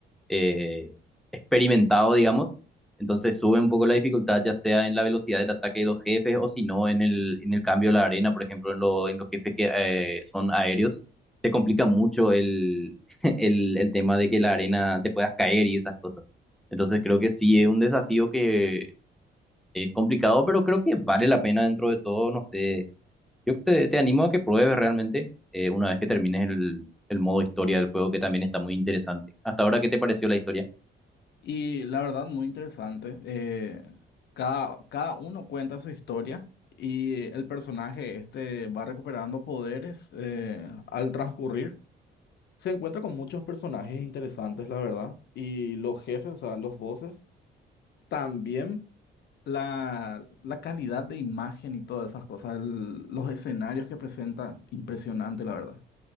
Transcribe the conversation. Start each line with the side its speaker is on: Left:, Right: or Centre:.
Centre: eh, experimentado, digamos. Entonces sube un poco la dificultad, ya sea en la velocidad del ataque de los jefes o si no en el, en el cambio de la arena, por ejemplo, en, lo- en los jefes que eh, son aéreos. Te complica mucho el, <laughs> el, el tema de que la arena te puedas caer y esas cosas. Entonces creo que sí es un desafío que es complicado, pero creo que vale la pena dentro de todo. No sé, yo te, te animo a que pruebes realmente eh, una vez que termines el, el modo historia del juego, que también está muy interesante. Hasta ahora, ¿qué te pareció la historia?
Left: Y la verdad, muy interesante. eh, cada, cada uno cuenta su historia y el personaje este va recuperando poderes eh, al transcurrir. Se encuentra con muchos personajes interesantes, la verdad. Y los jefes, o sea, los voces también. la, la calidad de imagen y todas esas cosas, el- los escenarios que presenta, impresionante, la verdad.